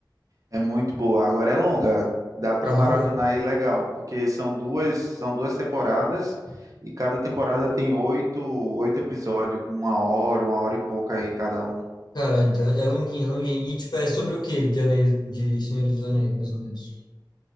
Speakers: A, on the right (about 45°); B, on the left (about 60°).
A: É muito boa. Agora é longa, dá pra
B: É longa?
A: maratonar aí legal, porque são duas, são duas temporadas e cada temporada tem oito, oito episódios com uma hora, uma hora e pouca aí cada um.
B: Cara, então é longuinha, é longuinha. E tipo, é sobre o quê? De Anéis, de Senhor dos Anéis, mais ou menos.